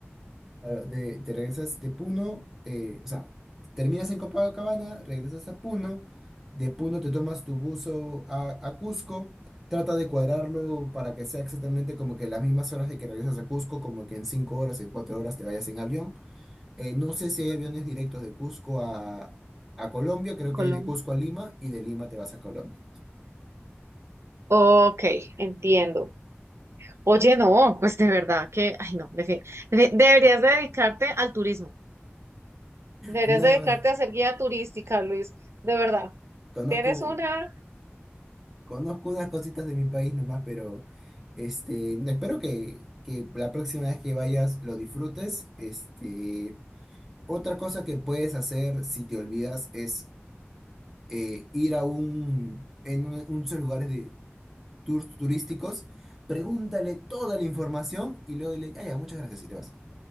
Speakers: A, in the centre; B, on the right (about 80°).
A: Claro, de, te regresas de Puno, eh, o sea, terminas en Copacabana, regresas a Puno, de Puno te tomas tu buzo a, a Cusco, trata de cuadrarlo para que sea exactamente como que las mismas horas de que regresas a Cusco, como que en cinco horas, en cuatro horas te vayas en avión. Eh, no sé si hay aviones directos de Cusco a, a Colombia, creo
B: Colombia.
A: que hay de Cusco a Lima y de Lima te vas a Colombia.
B: Ok, entiendo. Oye, no, pues de verdad que, ay, no, defi- de- deberías dedicarte al turismo. Deberías
A: No,
B: dedicarte a ser guía turística, Luis. De verdad.
A: conozco.
B: Tienes una.
A: Conozco unas cositas de mi país nomás, pero este, no, espero que, que la próxima vez que vayas lo disfrutes. Este, otra cosa que puedes hacer si te olvidas es eh, ir a un, en un- un de esos lugares de tours turísticos, pregúntale toda la información y luego dile, ah, ya, muchas gracias y te vas.